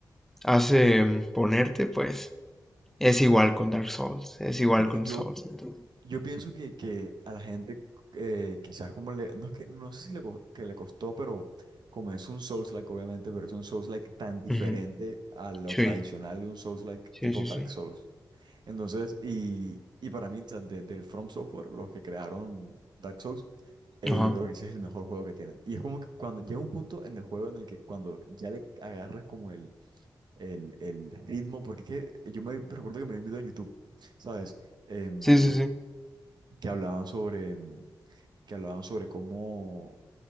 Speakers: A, in the centre; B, on the right (about 70°).
A: hace em, ponerte, pues es igual con Dark Souls, es igual
B: Sino,
A: con
B: yo,
A: Souls. entonces.
B: yo pienso que, que a la gente eh, quizás como le, no es que, no sé si le, co- que le costó, pero como es un Souls-like obviamente, pero es un Souls-like tan diferente
A: Ujú,
B: a lo
A: Sí,
B: tradicional de un Souls-like
A: sí,
B: tipo
A: sí,
B: Dark
A: sí.
B: Souls. Entonces, y, y para mí, o sea, de- del From Software, los que crearon Dark Souls, eh,
A: Ajá.
B: yo creo que ese es el mejor juego que tienen. Y es como que cuando llega un punto en el juego en el que cuando ya le agarras como el, el, el ritmo, porque es que yo me recuerdo que me vi un video en YouTube, ¿sabes? Em,
A: Sí, sí, sí.
B: que hablaban sobre, em, que hablaban sobre cómo,